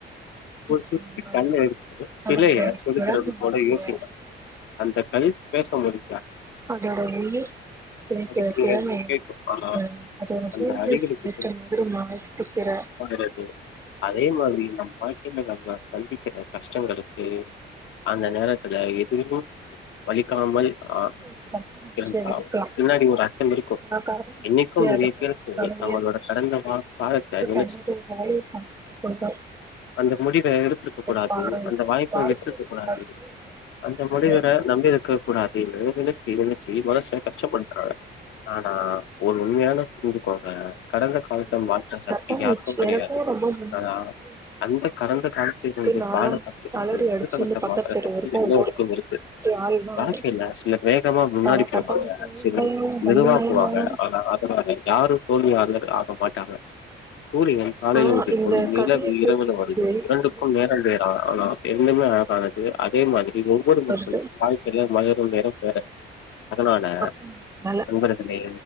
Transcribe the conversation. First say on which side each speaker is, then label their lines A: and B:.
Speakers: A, on the right (about 15°); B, on the left (about 75°).
A: றதுக்கு
B: ஒரு சிற்பி
A: முன்னாடி
B: கல்ல எடுத்து சிலைய
A: அதோட
B: செதுக்கறது
A: விடாமுயற்சிய
B: போல யோசிக் அந்த கல் பேசம்போது
A: அதோட உயிர் கேக்கிற
B: படிக்கிறீங்கன்னு?"
A: திறமே
B: கேக்கும். ஆனா,
A: அ அதோட
B: அந்த
A: சூழ்நிலைக்கு
B: அடிகளுக்கு
A: ஏற்ற மாதிரி மாத்திகிற
B: றது அதே மாதிரி நம் வாழ்க்கைல நம் சந்திக்கிற கஷ்டங்களுக்கு அந்த நேரத்துல எதுயும் வலி க்காமல்
A: மனுஷன்
B: அ
A: கரப்பாம்பூச்சியா
B: இருந்தால்
A: இருக்கலாம்
B: பின்னாடி ஒரு அர்த்தம் இருக்கு
A: ஆனா கரப்பாம்பூச்சிக்கு
B: இன்னைக்கு நிறைய
A: அத பத்தி
B: பேருக்கு
A: கவலையே
B: தங்களோட
A: இருக்காது
B: கடந்த மா காலத்த நி
A: <unintelligible>
B: அந்த முடிவ எடுத்துருக்க
A: வைப்பாக
B: கூடாது அந்த
A: இருக்கும்.
B: வாய்ப்ப
A: வாழ்க்கையில
B: வச்சிருக்கக் கூடாது
A: எல்லாத்தையும் கட்டுப்படுத்த
B: அந்த
A: முடியாது.
B: முனிவர நம்பி இருக்க கூடாது நெனச்சி நெனச்சி மனச கஷ்டப்படுத்தறாங்க ஆனா ஒரு உண்மையான <inaudible> ஞ்சுக்கோங்க கடந்த காலத்த
A: அதனால
B: மாற்ற சக்தி
A: கட்டந்துச்சு
B: யாருக்கு கெடையாது
A: எனக்கும் ரொம்ப புடிக்கும்
B: ஆனா
A: கட்டந்துச்சுன்னா
B: அந்த கடந்த காலத்த இருந்து
A: அப்டியே நாலாம்
B: பாடோ கத்துகிட்டு
A: அலறி
B: எதிர்கலத்த
A: அடிச்சு இந்த பக்கத்து
B: மாத்தற
A: தெரு
B: சக்தி
A: வரைக்கும்
B: எல்லோருக்கு
A: ஓடுவேன்
B: இருக்கு
A: அந்த மாரி ஆள் நானு
B: வாழ்க்கைல சிலர் வேகமா முன்னாடி
A: பர
B: போ
A: கட்டாம்பூச்சினாலும்
B: சிலர்
A: பயம் பல்லுனாலும்
B: மெதுவா போவாங்கா
A: பயம்
B: அதனால யாரு தோல்வியா யாரு ஆப்பம்பா <unintelligible> சூரியன் காலைல
A: ஆனா
B: உதிக்கும்
A: இந்த
B: நிலவு
A: கதைய
B: இரவுல
A: கேக்கும்
B: வருது
A: போது
B: இரண்டுக்கு
A: எனக்கே
B: நேரம்
A: வந்து
B: வேறா இன்னமே அழகானது அதே மாதிரி ஒவ்வொரு மனுஷனுக்கு
A: வருது
B: வாழ்க்கையில <unintelligible> நேரம் வேற அதனால
A: கட்டாம்பூச்சினால
B: நண்பர்களே